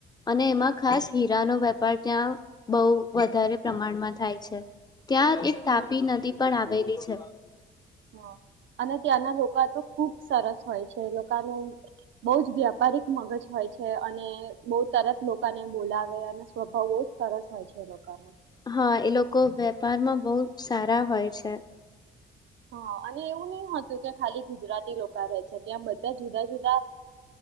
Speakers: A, on the left (about 20°); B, on the right (about 70°).
A: અને એમાં ખાસ હીરાનોો વેપાર ત્યાં બહુ વધારે પ્રમાણમાં થાય છે. ત્યાં એક
B: હા
A: તાપી નદી પણ આવેલી છે.
B: હા અને ત્યાંના તો ખુબ સરસ હોય છે એ લોકોનું. બહુ જ વ્યાપારિક મગજ. હોય છે અને બહુ તરત લોકોને બોલાવે અને સ્વભાવ બહુ જ સરસ હોય છે એ લોકોનો.
A: હા એ લોકો વેપારમાં બહુ સારા હોય છે
B: હા અને એવું નહી. હતું કે ખાલી ગુજરાતી લોકો. છે ત્યાં બધા. જુદા જુદા